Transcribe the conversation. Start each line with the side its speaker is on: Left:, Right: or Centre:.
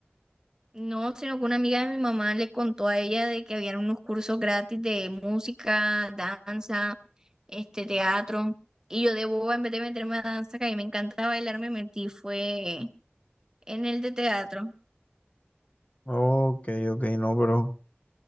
Right: No, sino que una amiga de mi mamá le contó a ella de que habían unos cursos gratis de música, danza, este teatro. Y yo de boba, en vez de meterme a danza, que a mí me encanta bailar, me metí fue en el de teatro.
Left: Ok, ok, no, pero